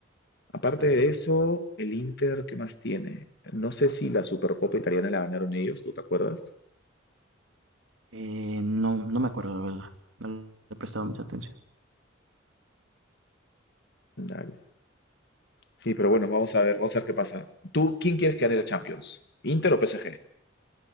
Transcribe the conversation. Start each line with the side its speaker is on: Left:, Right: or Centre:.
Left: Aparte
Right: Exacto.
Left: de eso, el Inter, ¿qué más tiene? No sé si la Supercopa italiana la ganaron ellos, ¿tú te acuerdas?
Right: Eh, no, no me acuerdo, la verdad. No le he prestado mucha atención.
Left: Dale. Sí, pero bueno, vamos a ver, vamos a ver qué pasa. ¿Tú quién quieres que gane la Champions? ¿Inter o PSG?